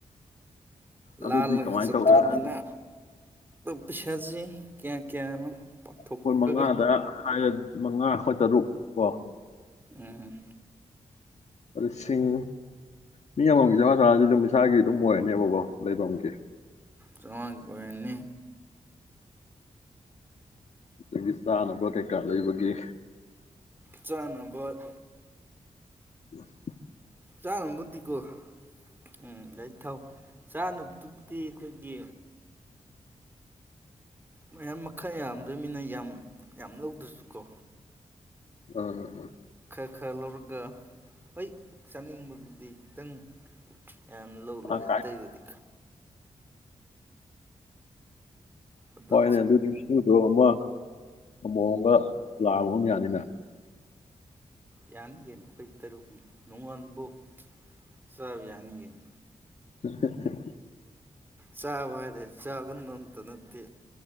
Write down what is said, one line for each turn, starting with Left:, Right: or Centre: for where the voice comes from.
Left: ꯑꯗꯨꯗꯤ
Right: ꯂꯥꯜꯂꯒ
Left: ꯀꯃꯥꯏꯅ
Right: ꯆꯠꯇ꯭ꯔꯃꯤꯅ
Left: ꯇꯧꯕ ꯄꯩꯁꯥꯁꯦ
Right: ꯄꯩꯁꯥꯁꯦ ꯀꯌꯥ ꯀꯌꯥꯅꯣ ꯄꯥꯊꯣꯛꯑꯒ
Left: ꯑꯩꯈꯣꯏ ꯃꯉꯥꯗ ꯍꯥꯏ ꯃꯉꯥ ꯈꯣꯏ ꯇꯔꯨꯛ ꯀꯣ
Right: ꯎꯝ
Left: ꯂꯤꯁꯤꯡ ꯃꯤ ꯑꯃꯃꯝꯒꯤ ꯆꯥꯝꯃꯉꯥ ꯆꯥꯝꯃꯉꯥꯗꯤ ꯑꯗꯨꯝ ꯏꯁꯥꯒꯤ ꯑꯗꯨꯝ ꯑꯣꯏꯔꯅꯦꯕꯀꯣ ꯂꯩꯕꯝꯒꯤ
Right: ꯆꯃ ꯀꯣꯏꯅꯤ
Left: <unintelligible> ꯀꯥꯔꯠ ꯂꯩꯕꯒꯤ
Right: ꯆꯥꯅꯝ ꯕꯔꯠ
Left: ꯎꯝ <inaudible>
Right: ꯆꯥꯔꯝꯕꯨꯗꯤ ꯒꯣ ꯎꯝ ꯑꯩ ꯊꯥꯎ ꯆꯥꯅꯝꯗꯨꯕꯨꯗꯤ ꯈꯣꯏꯒꯤ ꯃꯌꯥꯝ ꯃꯈꯜ ꯌꯥꯝꯗꯣꯏꯃꯤꯅ ꯌꯥꯝ ꯌꯥꯝ ꯂꯧꯗ꯭ꯔꯁ ꯁꯨꯀꯣ
Left: ꯑꯥ ꯑꯥ ꯑꯥ
Right: ꯑ ꯈꯔ ꯉꯧꯔ <inaudible> ꯒ ꯍꯣꯏ ꯆꯥꯅꯤꯡꯕꯗꯨꯗꯤ ꯈꯤꯇꯪ ꯌꯥꯝꯅ ꯂꯧꯔꯕ ꯂꯣꯏꯔꯦ
Left: ꯑ ꯀꯥꯏ
Right: ꯑꯇꯩꯩꯗꯨꯗꯤ ꯑꯗꯣ
Left: ꯍꯣꯏꯅꯦ ꯑꯗꯨꯗꯤ ꯁꯨꯗ ꯑꯃ ꯑꯃꯣꯝ ꯑꯃ ꯒꯥ ꯂꯥꯕꯥ ꯑꯃ ꯒꯅꯥ ꯌꯥꯅꯤꯅ
Right: ꯌꯥꯟꯅꯤ ꯀꯔꯤꯅꯣ ꯑꯩꯈꯣꯏ ꯇꯔꯨꯛꯅꯤ ꯅꯨꯡꯉꯥꯜꯕꯨꯛ ꯆꯥꯕ ꯌꯥꯅꯤ ꯀꯩ ꯅꯣ
Left: <inaudible>
Right: ꯆꯥꯕ ꯍꯥꯢꯔꯒ ꯆꯥꯒꯟꯕ ꯇ ꯅꯠꯇ